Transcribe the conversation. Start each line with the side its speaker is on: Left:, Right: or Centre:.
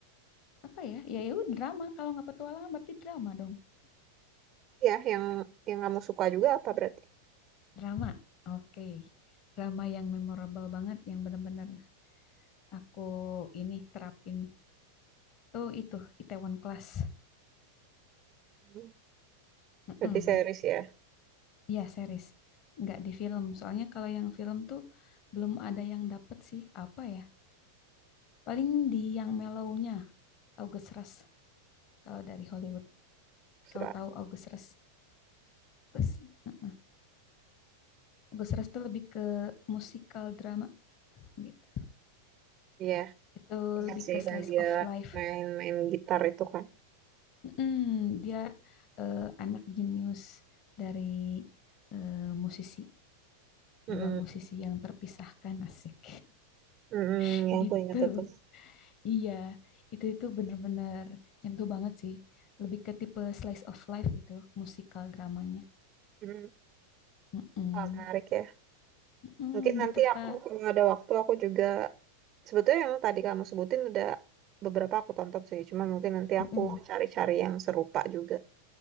Left: apa ya? Ya itu drama. Kalau nggak petualangan berarti drama dong.
Right: Iya, yang yang kamu suka juga apa berarti?
Left: Drama. Oke. Drama yang memorable banget yang benar-benar aku ini terapin tuh itu Itaewon Class.
Right: Hmm.
Left: Mm-mm.
Right: Berarti series ya,
Left: Iya, series. Nggak di film. Soalnya kalau yang film tuh belum ada yang dapet sih. Apa ya? Paling di yang mellow-nya August Rush kalau dari Hollywood.
Right: Surat.
Left: Kalau tahu August Rush. August, mm-mm. August Rush tuh lebih ke musikal drama gitu.
Right: Iya,
Left: Itu
Right: ingat
Left: lebih
Right: sih
Left: ke
Right: yang
Left: slice
Right: dia
Left: of life
Right: main-main gitar itu kan.
Left: Mm, dia eh, anak jenius dari eh, musisi
Right: Mm-mm.
Left: dua musisi yang terpisahkan asik
Right: Mm-mm,
Left: <laughs>
Right: yang
Left: gitu.
Right: aku ingat itu.
Left: Iya, itu itu bener-bener nyentuh banget sih. Lebih ke tipe slice of life itu musikal dramanya.
Right: Mm.
Left: Mm-mm.
Right: Wah, menarik ya.
Left: Mm-mm,
Right: Mungkin nanti
Left: gitu
Right: aku
Left: Kak.
Right: kalau ada waktu aku juga sebetulnya yang tadi kamu sebutin udah beberapa aku tonton sih. Cuma mungkin nanti
Left: Mm-mm.
Right: aku cari-cari yang serupa juga.